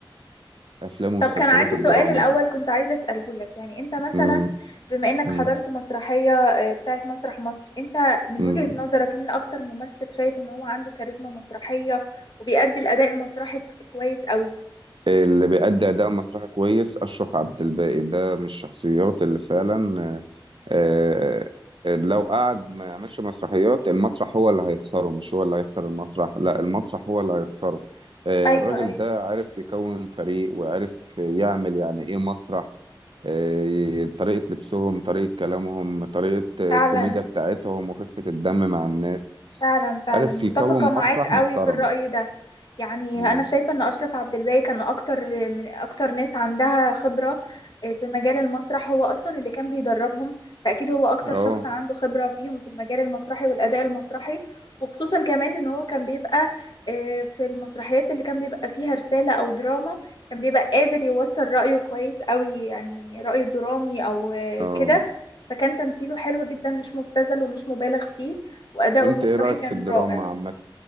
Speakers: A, on the right (about 75°); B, on the left (about 60°).
A: أفلام ومسلسلات
B: طب كان عندي
A: الدراما
B: سؤال الأول
A: دي
B: كنت عايزة أسأله لك يعني أنت مثلا
A: م-
B: بما إنك
A: م-
B: حضرت مسرحية آه، بتاعت مسرح مصر أنت من
A: م.
B: وجهة نظرك مين أكتر ممثل شايف إن هو عنده كاريزما مسرحية وبيأدي الأداء المسرحي س- كويس قوي
A: اللي بيأدي أداء مسرحي كويس أشرف عبد الباقي ده من الشخصيات اللي فعلا آه، آه، لو قعد ما يعملش مسرحيات المسرح هو اللي هيخسره مش هو اللي هيخسر المسرح لا المسرح هو اللي هيخسره آه،
B: أيوة
A: الراجل
B: أيوة
A: ده عارف يكون فريق وعارف يعمل يعني ايه مسرح آه، طريقة لبسهم طريقة كلامهم طريقة آه،
B: فعلا
A: الكوميديا بتاعتهم وخفة الدم مع الناس
B: فعلا فعلا
A: عارف
B: متفقة
A: يكون
B: معاك
A: مسرح
B: قوي
A: محترم
B: في الرأي ده يعني
A: مم.
B: أنا شايفة إن أشرف عبد الباقي كان أكتر من أكتر ناس عندها خبرة آه، في مجال المسرح هو أصلا اللي كان بيدربهم فأكيد هو أكتر
A: اه
B: شخص عنده خبرة فيهم في المجال المسرحي والأداء المسرحي وخصوصا كمان إن هو كان بيبقى آه، في المسرحيات اللي كان بيبقى فيها رسالة أو دراما كان بيبقى قادر يوصل رأيه كويس قوي يعني رأي درامي أو آه،
A: اه
B: كده فكان تمثيله حلو جدا مش مبتذل ومش مبالغ فيه وأداؤه
A: انت
B: المسرحي
A: ايه رأيك
B: كان
A: في الدراما
B: رائع
A: عامة